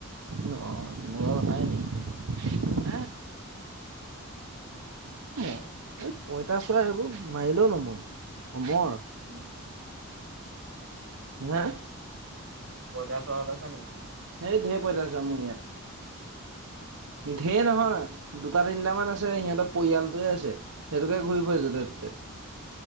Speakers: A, on the right; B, on the right.
A: ন হয় ন হ কাইলৈ। <unintelligible>
B: উম
A: অ এই পঁইতাচৰা এইবোৰ মাৰিলেও ন মই অমৰ।
B: উম।
A: নেহ।
B: পইতাচোৰা উলাইছে নেকি।
A: সেই ঢেই পইতাচোৰা মোৰ ইয়াত। ঢেই নহয়। দুটা তিনিটামান আছে সিহঁতৰ পৰিয়ালটোৱে আছে সিহঁতোকে ঘূৰি ফুৰিছোঁ ততে।